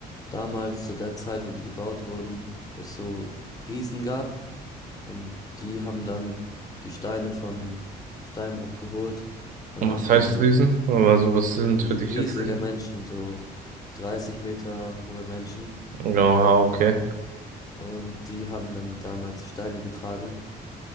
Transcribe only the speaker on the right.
Und
was
heißt
Riesen? Also was sind
für
dich
jetzt Riesen?
Ja, okay.